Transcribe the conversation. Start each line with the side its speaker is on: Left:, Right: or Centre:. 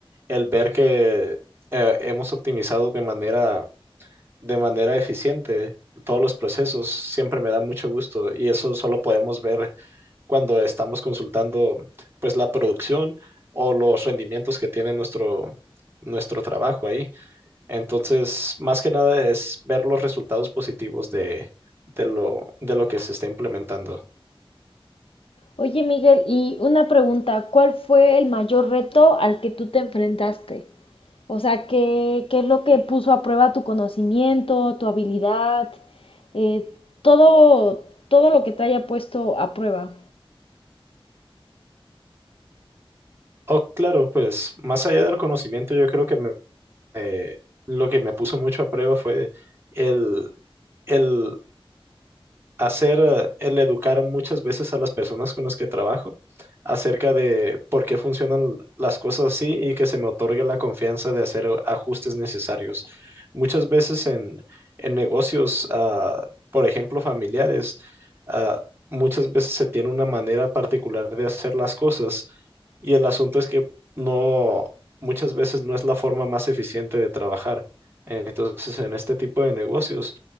Right: el ver que eh, hemos optimizado de manera, de manera eficiente todos los procesos siempre me da mucho gusto y eso solo podemos ver cuando estamos consultando pues la producción o los rendimientos que tiene nuestro, nuestro trabajo ahí. Entonces, más que nada es ver los resultados positivos de, de lo, de lo que se está implementando.
Left: Oye, Miguel, y una pregunta, ¿cuál fue el mayor reto al que tú te enfrentaste? O sea, ¿qué, qué es lo que puso a prueba tu conocimiento, tu habilidad, eh, todo, todo lo que te haya puesto a prueba?
Right: Oh, claro, pues más allá del conocimiento, yo creo que me- eh, lo que me puso mucho a prueba fue el, el hacer eh, el educar muchas veces a las personas con las que trabajo acerca de por qué funcionan las cosas así y que se me otorgue la confianza de hacer ajustes necesarios. Muchas veces en, en negocios, ah, por ejemplo, familiares, ah, muchas veces se tiene una manera particular de hacer las cosas y el asunto es que no, muchas veces no es la forma más eficiente de trabajar. Entonces, en este tipo de negocios,